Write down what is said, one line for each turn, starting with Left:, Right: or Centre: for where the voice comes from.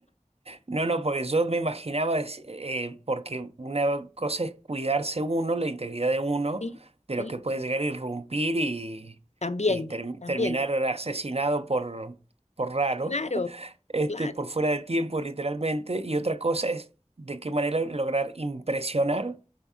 Right: No, no, porque yo me imaginaba, es- eh, porque una cosa es cuidarse uno, la integridad de uno,
Left: Sí,
Right: de
Left: sí,
Right: lo que puede llegar a irrumpir y,
Left: también,
Right: y ter-
Left: también,
Right: terminar asesinado por, por raro,
Left: claro.
Right: este,
Left: Claro.
Right: por fuera de tiempo literalmente, y otra cosa es de qué manera lograr impresionar